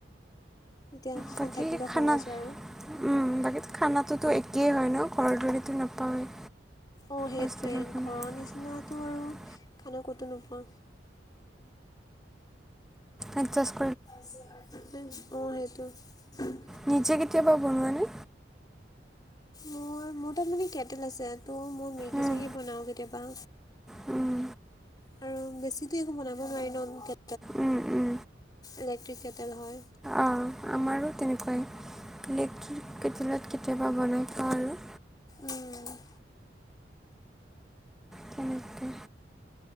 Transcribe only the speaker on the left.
তেতিয়া স-
থাকিবলৈ
সহজ হয় আৰু
অঁ সেইটোৱে
ঘৰৰ
নিচিনাতো <inaudible> খানা ক'তো নোপোৱা।
অ সেইটো উম
মোৰ মোৰ তাত মানে কেটেল আছে। তো মই মেগী
চেগী বনাওঁ কেতিয়াবা।
আৰু বেছিতো একো বনাব নোৱাৰিলো ন <unintelligible>
ইলেক্ট্ৰিক কেটেল হয়
উম